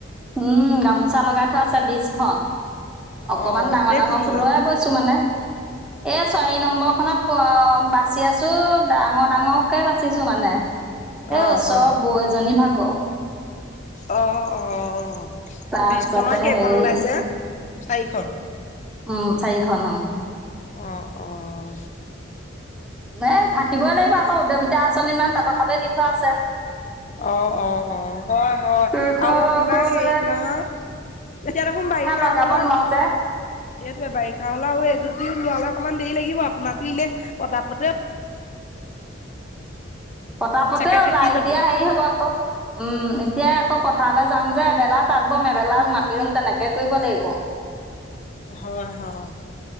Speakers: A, in the centre; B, on the left.
A: উম গামোচা লগাই থোৱা আছে বিচ খন। অকমান
B: অ
A: ডাঙৰ
B: কেইখন
A: ডাঙৰ ফুলৰে
B: ওলালে
A: বৈছো মানে, এই চাৰি নম্বৰ খনত ফু অঁ বাচি আছো, ডাঙৰ ডাঙৰকে বাচিছো মানে। এ
B: অ অ
A: ওচৰৰ
B: অ
A: বৌ এজনী ভাগৰ।
B: অ' অ'
A: তাৰপিছতে
B: বিশ খনৰ কেইখন
A: হেৰি
B: ওলাইছে, চাৰিখন?
A: উম, চাৰিখন অঁ।
B: অঁ অঁ।
A: মেম থাকিবই লাগিব আকৌ উদ্যয়মিতা আঁচনিত মানে তাঁতৰ শালে দি থোৱা আছে।
B: অঁ অঁ অঁ হয় হয়
A: সেইখন
B: আও আপোনাৰ
A: আকৌ
B: হেৰি
A: মানে
B: নহয়। এতিয়া দেখোন বাৰিষা
A: লগাব
B: হ'লে
A: নোৱাৰো যে
B: সেটোৱে, বাৰিষা হ'লে আৰু এযোতি ওলোৱালে অকণমান দেৰি লাগিব, আপোনাৰ ইপিনে পতা-পতে
A: পতাপতে
B: চাগে
A: ওলাই,
B: থাকি যাব
A: এতিয়া হেৰি হ'ব আকৌ। উম, এতিয়াই আকৌ পথাৰলে যাম যে, এবেলা তাঁত বম, এবেলা মাটি ৰুম তেনেকে কৰিব লাগিব।
B: হয়, হয়,